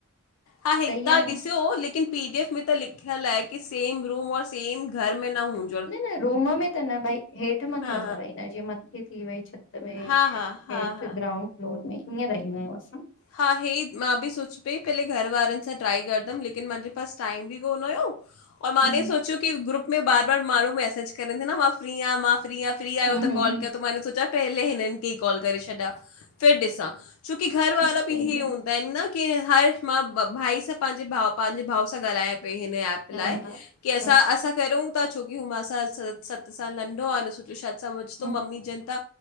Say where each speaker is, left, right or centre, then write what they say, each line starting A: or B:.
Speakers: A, on the left; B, on the left.
A: हा हे
B: सही
A: त
B: आ न
A: ॾिस्यो लेकिन पी डी एफ में त लिख्यल आ की सेम रूम र सेम घर में न हूंद
B: न न रूम में त न भई, हेठ मथे
A: हा
B: असां रहींदा जीअ मथे थी वई छत में हेठ
A: हा हा हा हा हा
B: ग्राउंड फ्लोर में, ईअं रहींदा आयूं असां।
A: हा हे ही मां बि सोची पई पेहले घर वारन सां ट्राए करदम लेकिन मांजे पास टाइम बि कोन हुयो और मां
B: हूं
A: ने सोच्यो की ग्रुप में बार बार मांणु लो मैसेज करें थी न मां फ्री यां मां फ्री आहिय फ्री
B: हूं
A: आयो त
B: हूं
A: कॉल
B: हूं हूं
A: कयो त मां इ सोचां पैहले हिनन खे ई कॉल करे छॾा। फर ॾिसां छोकी घर वारा
B: सही
A: बि इ
B: आ
A: हूं हूंदा आहिनि न की हर मां भाई सां पंहिंजे भाउ पंहिंजे भाउ सां ॻाल्हायां पई हिन एप
B: हा
A: लाय
B: हा
A: कि अंसा
B: हा
A: अंसा करयूं ता छोक्री मां सां स सत साल नढ्हो आहे डिसु त शायद समझ तो
B: ह
A: ममी जंन ता